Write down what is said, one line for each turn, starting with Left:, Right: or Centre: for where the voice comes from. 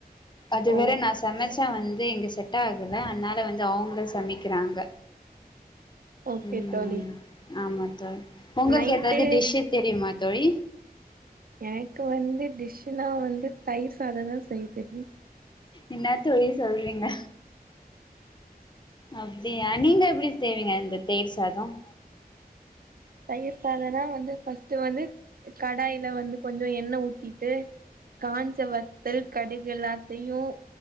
Left: அது
Right: ஓ
Left: வேற நா சமைச்சா வந்து இங்க செ ஆகல அதனால வந்து அவங்கள சமைக்கிறாங்க
Right: ஓகே
Left: ம்
Right: தோழி
Left: ஆமா தோழி உங்களுக்கு
Right: நைட்டு
Left: ஏதாவது டிஷ்னு தெரியுமா தோழி
Right: எனக்கு வந்து டிஷ் னா வந்து தயிர்சா சாதன சைத் தெரியும்
Left: என்ன தோழி சொல்றீங்க அப்டியா நீங்க எப்டி செய்வீங்க இந்த தயிர் சாதம்
Right: தயிர் சாதம்னா வந்து பஸ்ட்டு வந்து கடாயில வந்து கொஞ்சம் எண்ணெய் ஊத்திட்டு காஞ்ச வ த்தல் கடுகு எல்லாத்தையும்